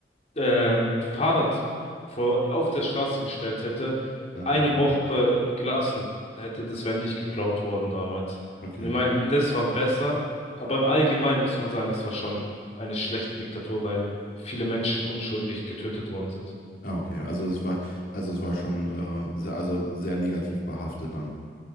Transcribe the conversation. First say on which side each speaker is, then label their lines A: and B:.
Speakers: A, on the left; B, on the left.
A: ähm, Fahrrad vor, auf der Straße gestellt hätte,
B: Mhm.
A: eine Woche gelassen hätte, das wäre nicht geklaut worden damals.
B: Okay.
A: Und die meinten, das war besser. Aber im Allgemeinen muss man sagen, es war schon eine schlechte Diktatur, weil viele Menschen unschuldig getötet worden sind.
B: Ah, okay. Also es war, also es war schon äh, sehr, also sehr negativ behaftet dann.